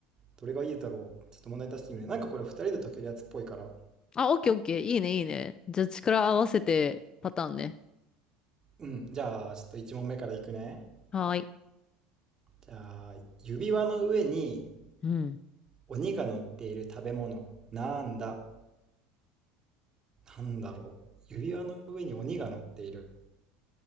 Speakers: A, on the right; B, on the left.
A: どれがいいだろう。ちょっと問題出してみるね。なんかこれ2人で解けるやつっぽいから。
B: あ、オッケーオッケー。いいね、いいね。じゃあ、力合わせてパターンね。
A: うん。じゃあ、ちょっと1問目からいくね。
B: はーい。
A: じゃあ、指輪の上に
B: うん。
A: 鬼が乗っている食べ物。なんだなんだろう。指輪の上に鬼が乗っている。